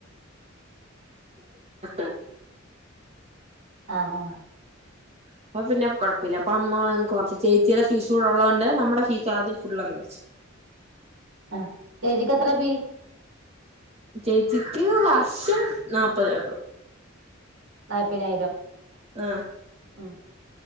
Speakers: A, on the right; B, on the right.
A: <unintelligible>
B: ആ ആ
A: അപ്പൊ പിന്നെ കുഴപ്പമില്ല അപ്പൊ അമ്മ കുറച്ച് ചേച്ചിയുടെ ഫീസ് കൂടെള്ളതോണ്ട് നമ്മുടെ ഫീസ് ആദ്യം ഫുള്ളങ്ങടച്ചു
B: ആ ചേച്ചിക്ക്ത്ര ഫീ
A: ചേച്ചിക്ക് വർഷം നാല്പതേയുള്ളൂ
B: നാല്പതിനായിരോ
A: ആ
B: ഉം